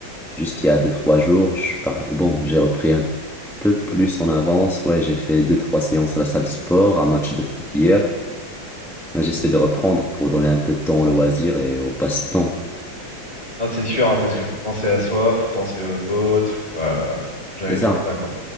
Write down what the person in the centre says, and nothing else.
Juste il y a deux, trois jours, je par... bon, j'ai repris un peu plus en avance. Ouais, j'ai fait deux, trois séances à la salle de sport, un match de foot hier. Mais J'essaie de reprendre pour donner un peu de temps au loisir et au passe-temps.
C'est ça.